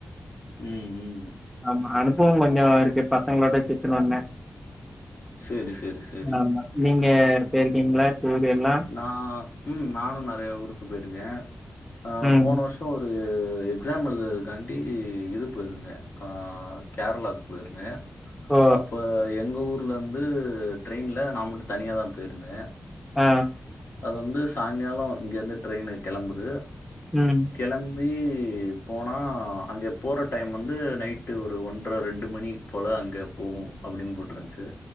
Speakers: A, on the left; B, in the centre.
A: ம், ம்.
B: ஆமா அனுபவோ கொஞ்சோ இருக்கு பசங்ளோட சுத்துனோன்ன
A: சேரி சேரி செரி
B: ஆமா. நீங்க போய்ருக்கிங்ளா டூர் எல்லா
A: நா ம் நானு நறய ஊருக்கு போய்ருக்கே ஆ
B: ம்.
A: போன வர்ஷ் ஷோ ஒரு எக்ஸாம் எழுதுருதுக்காண்டி இது போய்ருந்த ஆ கேரளாக்கு போய்ருந்தே
B: ஓ!
A: அப்ப எங்க ஊர்லந்து ட்ரெயின்ல நா மட்டு தனியாதா போய்ருந்தே
B: ஆ
A: அது வந்து சாய்ங்காலோ இங்கர்ந்து ட்ரெய்னு கெளம்புது
B: ம்
A: கெளம்பி போனா அங்க போற டைம் வந்து நைட்டு ஒரு ஒன்றர ரெண்டு மணி போல அங்க போகு அப்டின் போட்ருன்ச்சு